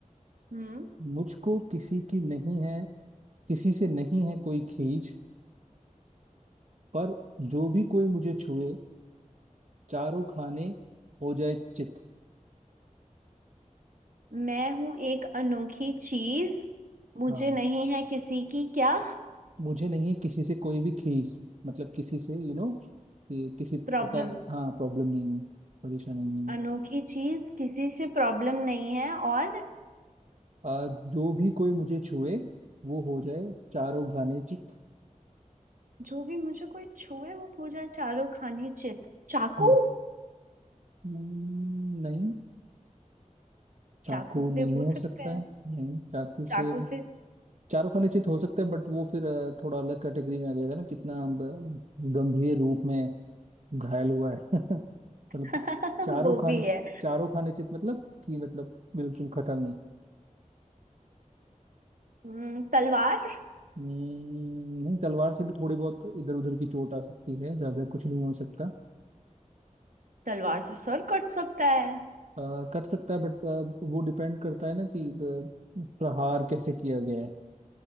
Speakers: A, on the right; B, on the right.
A: हम्म
B: मुझको किसी की नहीं है किसी से नहीं है कोई खींच पर जो भी कोई मुझे छुए चारों खाने हो जाए चित
A: मैं हूँ एक अनोखी चीज मुझे
B: हाँ
A: नहीं है किसी की क्या
B: मुझे नहीं है किसी से कोई भी खींच मतलब किसी से यू you नो कि किसी प्रकार
A: प्रॉब्लम
B: की हाँ प्रॉब्लम नहीं है परेशानी नहीं है
A: अनोखी चीज किसी से प्रॉब्लम नहीं है और
B: आ, जो भी कोई मुझे छुए वो हो जाए चारों घाने चित
A: जो भी मुझे कोई छुए वो पूजा चारों खाने चित चाकू
B: हम्म, हम्म, नहीं चाकू
A: चाकू
B: नहीं
A: से हो
B: हो सकता
A: सकते हैं
B: है नहीं चाकू से
A: चाकू से
B: चारों खाने चित हो सकता है बट वो फिर अ, थोड़ा अलग कैटेगरी में आ जाएगा ना कितना ब- गंभीर रूप में घायल हुआ है <laughs> मतलब
A: <laughs>
B: चारों
A: वो
B: खाने
A: भी है
B: चारों खाने चित मतलब कि मतलब बिल्कुल खत्म ही
A: हम्म, तलवार
B: हम्म, नहीं तलवार से भी थोड़ी बहुत इधर उधर की चोट आ सकती है ज्यादा कुछ नहीं हो सकता
A: तलवार से सर कट सकता है
B: अ, कट सकता है बट वो डिपेंड करता है ना कि अ, प्रहार कैसे किया गया है